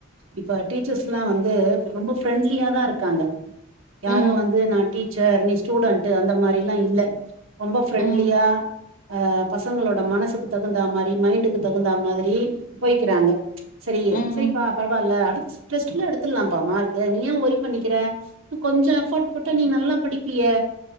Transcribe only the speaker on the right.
இப்ப டீச்சர்ஸ்லா வந்து ரொம்ப ஃப்ரெண்ட்லியா தா இருக்காங்க யாரு
வந்து நா டீச்சர் நீ ஸ்டூடண்ட்டு அந்த மாரிலா இல்ல ரொம்ப ஃப்ரெண்ட்லியா
அ பசங்களோட மனசுக்கு தகுந்தா மாரி மைண்டுக்கு தகுந்தா மாதிரி போய்க்குறாங்க சரி
சரிப்பா பரவா இல்ல அடு ஸ் டெஸ்ட்ல எடுத்தரலா பா மார்க்கு நீ எ ஓரி பண்ணிக்குற இன்னு கொஞ்சோ எஃபோர்ட் போட்டா நீ நல்லா படிப்பியே